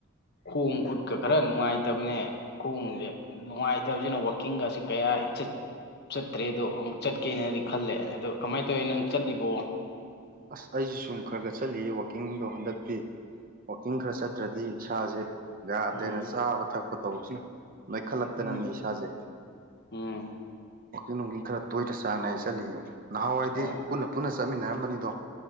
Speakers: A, on the left; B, on the right.
A: ꯈꯣꯡ ꯈꯨꯠꯀ ꯈꯔ ꯅꯨꯡꯉꯥꯏꯇꯕꯅꯦ ꯈꯣꯡꯖ‌ꯦ ꯅꯨꯡꯉꯥꯏꯇꯕꯖꯤꯅ ꯋꯥꯛꯀꯤꯡꯒꯥꯁꯤ ꯀꯌꯥ ꯏꯆꯠ ꯆꯠꯇ꯭ꯔꯦ ꯑꯗꯣ ꯑꯃꯨꯛ ꯆꯠꯀꯦꯅꯗꯤ ꯈꯜꯂꯦ ꯑꯗꯣ ꯀꯃꯥꯏ ꯇꯧꯋꯤ ꯅꯪ ꯆꯠꯂꯤꯕꯣ
B: ꯑꯁ ꯑꯩꯖꯤ ꯁꯨꯝ ꯈꯔ ꯈꯔ ꯆꯠꯂꯤꯌ‌ꯦ ꯋꯥꯛꯀꯤꯡꯗꯣ ꯍꯟꯗꯛꯇꯤ ꯋꯥꯛꯀꯤꯡ ꯈꯔ ꯆꯠꯇ꯭ꯔꯗꯤ ꯏꯁꯥꯖ‌ꯦ ꯌꯥꯗ꯭ꯔꯦꯅ
A: ꯎꯝ
B: ꯆꯥꯕ ꯊꯛꯄ ꯇꯧꯕꯁꯤꯅ ꯅꯣꯏꯈꯠꯂꯛꯇꯅꯅꯦ
A: ꯎꯝ
B: ꯏꯁꯥꯖ‌ꯦ
A: ꯎꯝ
B: ꯋꯥꯛꯀꯤꯡ ꯅꯨꯡꯒꯤꯡ ꯈꯔ ꯇꯣꯏꯅ ꯆꯥꯡ ꯅꯥꯏꯅ ꯆꯠꯂꯤꯌꯦ ꯅꯍꯥꯟꯋꯥꯏꯗꯤ
A: ꯑꯣ
B: ꯄꯨꯟꯅ ꯄꯨꯟꯅ ꯆꯠꯃꯤꯟꯅꯔꯝꯕꯅꯤꯗꯣ